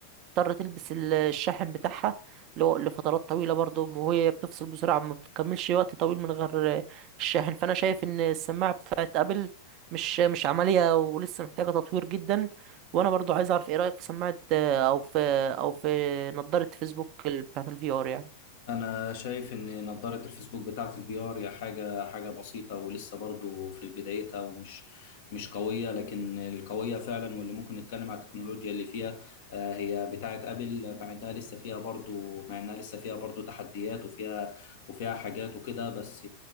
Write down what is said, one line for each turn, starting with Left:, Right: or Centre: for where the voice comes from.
Right: تضطر تلبس ال- الشاحن بتاعها لو- لفترات طويلة برضو وهي بتفصل بسرعة ما بتكملش وقت طويل من غير الشاحن فأنا شايف إن السماعة بتاعت أبل مش مش عملية ولسه محتاجة تطوير جدا وأنا برضو عايز أعرف إيه رأيك في سماعة آه، أو في أو في نظارة فيسبوك ال- بتاعت الفي آر يعني
Left: انا شايف ان نظارة الفيسبوك بتاعت الفي ار هي حاجة حاجة بسيطة ولسه برضو في بدايتها ومش مش قوية لكن القوية فعلا واللي ممكن نتكلم على التكنولوجيا اللي فيها آه، هي بتاعت ابل مع انها لسه فيها برضو مع انها لسه فيها برضو تحديات وفيها وفيها حاجات وكده بس